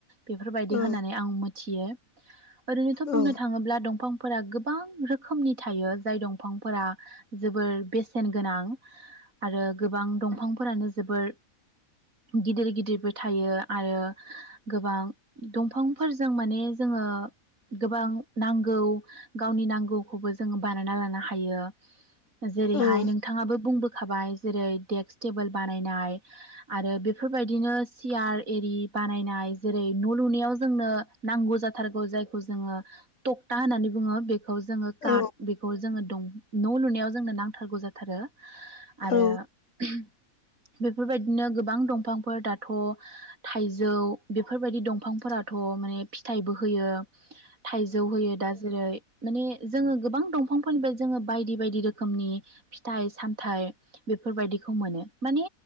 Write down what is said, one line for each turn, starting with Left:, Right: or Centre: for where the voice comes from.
Right: बेफोरबायदि
Left: औ
Right: होननानै आं थियो ओरैनोथ' बुंनो
Left: औ
Right: थाङोब्ला दं फांफोरा गोबां रोखोमनि थायो जाय दंफांफोरा जोबोर बेसेन गोनां आरो गोबां दंफांफोरानो जोबोर गिदिर गिदिरबो थायो आरो गोबां दंफांफोरजों माने जोङो गोबां नां गौ गावनि नांगौखौबो जोङो बानायना लानो हायो। जेरैहाय
Left: औ
Right: नोंथाङाबो बुंबो खाबाय जेरै डेक्स टेबोल बानायनाय आरो बेफोरबायदिनो सियार एरि बानायनाय जेरै- न' लुनायाव जोंनो नांगौ जाथारगौ जायखौ जोङो टकटा होननानै बुङो बे खौ जोङो काट
Left: औ
Right: बेखौ जोङो दं न' लुनायाव जोंनो नांथारगौ जाथारो आरो
Left: औ
Right: <unintelligible> बेफोरबायदिनो गोबां दंफांफोर दाथ' थाइजौ बेफोरबायदि दंफांफोराथ' माने फिथाइबो होयो थाइज जौ होयो दा जेरै- माने जोङो गोबां दंफांफोरनिफ्राय जोङो बायदि बायदि रोखोमनि फिथाइ सामथाइ बेफोरबायदिखौ मोनो माने